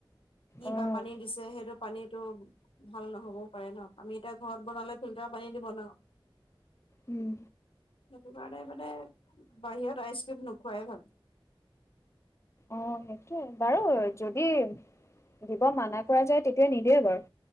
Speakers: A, on the left; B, on the left.
A: কি
B: উম
A: বা পানী দিছে সেইটো পানীতো, ভাল নহবও পাৰে ন। আমি এতিয়া ঘৰত বনালে ফিল্টাৰ পানী দি বনাও।
B: উম
A: সেইটো কাৰণে মানে বাহিৰত আইচক্ৰীম নোখোৱাই ভাল।
B: অ', সেইটোৱে বাৰু যদি দিব মানা কৰা যায় তেতিয়া নিদিয়ে বাৰু।